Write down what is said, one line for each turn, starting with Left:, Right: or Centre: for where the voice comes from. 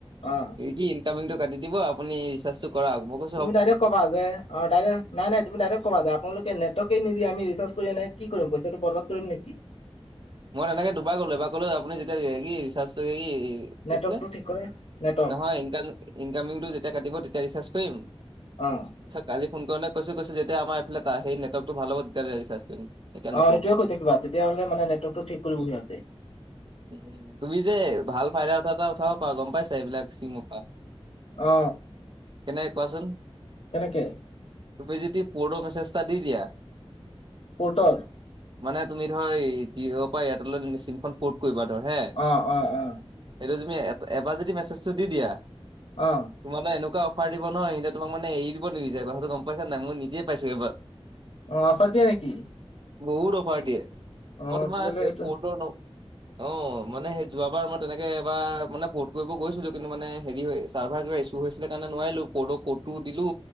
Left: অ'।
Right: এই কি ইনকামিঙটো কাটি দিব আপুনি ৰিচাৰ্জটো কৰা মই কৈছোঁ
Left: তুমি ডাইৰেক কবা যে তাইৰে নাই নাই তুমি ডৰেক্ট কবা আপোনালোকে নেটৰ্কে নিদি আমি ৰিচাৰ্জ কৰি ননে কি কৰিম পইচাটো বৰাদ কৰিম নেকি।
Right: মই তেনেকে দুবাৰ ক'লো এবাৰ ক'লো আপুনি যেতিয়া কি ৰিচাৰ্জটো কি
Left: নেটৱৰ্কটো
Right: আছিলে
Left: ঠিক কৰে নেটৱৰ্ক
Right: নহয় ইনকাম ইনকামিংটো যেতিয়া কাটিব তেতিয়া ৰিচাৰ্জ কৰিম
Left: অ'।
Right: কালি ফোন কৰি কৈছে কৈছে যেতিয়া আমাৰফালে তা সেই নেটৱৰ্কটো ভাল হ'ব তেতিয়া ৰিচাৰ্জ কৰিম। এতিয়া
Left: অ
Right: নকৰো
Left: সেইটোৱে কৈ থাকিবা তেতিয়াহলে মানে নেটৱৰ্ক ঠিক কৰিব সিহঁতে।
Right: উ তুমি যে ভাল ফাইদা এটা এটা উঠাব পাৰা গম পাইছ এইবিলাক চিম পা
Left: অ
Right: কেনেকে কোৱাচোন।
Left: কেনেকে?
Right: তুমি যদি পৰ' মেছেজ এটা দি দিয়া
Left: পৰ্টৰ?
Right: মানে তুমি ধৰ এই জিঅ'ৰ পৰা এয়াৰটেললে চিমখন ক'ত কৰিবা ধৰ হে,
Left: অ অ অ
Right: এইটো তুমি এবাৰ যদি মেচেজটো দি দিয়া
Left: অ।
Right: তোমালে এনেকুৱা অফাৰ দিব নহ। সিহনতে তোমাক মানে এৰি দিব নিবিচাৰে। কথাটো গম পাইছা নে নাই? মই নিজেই পাইছো এবাৰ।
Left: অ, অফাৰ দিয়ে নেকি?
Right: বহুত অফাৰ দিয়ে। মই
Left: অ
Right: তোমাক
Left: তেতিয়াহ'লে
Right: এ
Left: এইটো
Right: পৰ্তৰ ন অ মানে সেই যোৱাবাৰ মই তেনেকে এবাৰ মানে পৰ্ট কৰিব গৈছিলো, কিন্তু মানে হেৰি হয় চাৰ্ভাৰ কিবা ইছু ত হৈছিলে কাৰণে নোৱাৰিলো। কৰ্টৰ কডটো দিলো।